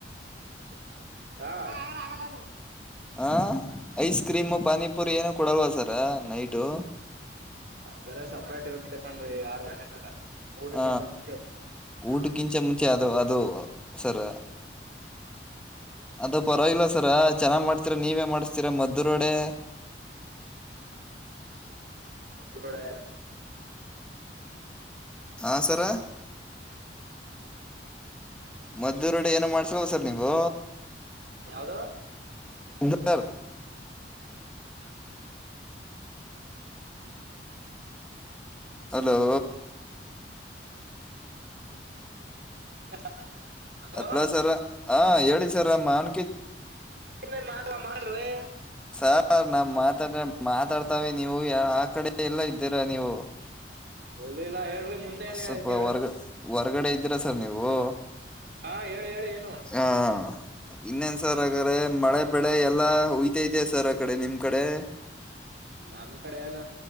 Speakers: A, on the right; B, in the centre.
A: <unintelligible> ಗ ರಗಲ್ಲ
B: ಹ ಐಸ್ ಕ್ರೀಮು ಪಾನಿಪುರಿ ಏನು ಕೊಡಲ್ವ ಸರ್ ನೈಟು
A: ಅದ್ ಬೇರೆ ಸಪ್ರೇಟ್ ಇರುತ್ತೆ ಕಣ್ಡ್ರಿ ಆರು ಗಂಟೆನಾಗ ಊಟಕ್ಕಿಂತ
B: ಹ
A: ಮುಂಚೆ ಹಾ
B: ಊಟಕ್ಕಿಂಚೆ ಮುಂಚೆ ಅದು ಅದು ಹ ಸರ ಅದು ಪರವಾಗಿಲ್ಲ ಸರ ಚೆನ್ನಾಗ್ ಮಾಡ ಹತ್ರ ನೀವೇ ಮಾಡಿಸ್ತೀರ ಮದ್ದುರೋಡೆ
A: ಮದ್ದೂರ್ ವಡೆ
B: ಹಾ ಸರ ಮದ್ದೂರ್ ವಡೆ ಏನು ಮಾಡ್ಸಲ್ವ ಸರ್ ನೀವು
A: ಯಾವ್ದು?
B: ಹ. <unintelligible> ಹಲೋ.
A: <unintelligible> ಹಲೋ
B: ಅಲ್ಲ ಸರ, ಹ ಹೇಳಿ ಸರ ಮಾನ್ಕಿ
A: <unintelligible> ಮಾಡ್ರಿ.
B: ಸಾರ್ ನಮ್ ಮಾತಾಡ್. ಮಾತಾಡ್ತಾವಿ ನೀವು ಆ ಕಡೆ ಎಲ್ಲೊ ಇದ್ದೀರಾ ನೀವು.
A: ಎಲ್ಲು ಇಲ್ಲ ಹೇಳ್ <unintelligible> ಮುಂದೆ ಏನ್
B: ಸ್ವಲ್ಪ
A: ಹೇಳಿದ್ ಹೇಳ್
B: ಹೊರ್ಗ ಹೊರ್ಗಡೆ ಇದೀರಾ ಸರ್ ನೀವು.
A: ಹಾ ಹೇಳಿ ಹೇಳಿ ಏನು.
B: ಹಾ ಇನ್ನೇನ್ ಸರ್ ಹಾಗಾರೆ, ಮಳೆ ಬೆಳೆ ಎಲ್ಲಾ ಉಯ್ತಾಇದಿಯ ಸರ್ ಆ ಕಡೆ ನಿಮ್ ಕಡೆ.
A: ನಮ್ ಕಡೆ ಏನ